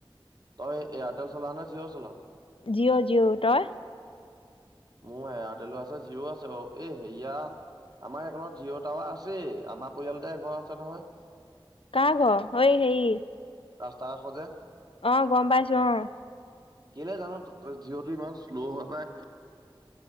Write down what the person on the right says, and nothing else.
তই এয়াৰটেল চলাওঁ নে, জিঅ' চলাওঁ?
মোৰ এয়াৰটেলো আছে জিঅ' আছে বাৰু এই হেইয়া আমাৰ এখনত জিঅ' টাৱাৰ আছেই, আমাৰ পৰিয়ালতে এঘৰ আছে নহয়।
ৰাস্তা কাষৰ যে
কেলে জানোঁ জিঅ' টো ইমান শ্লো হোৱা পাই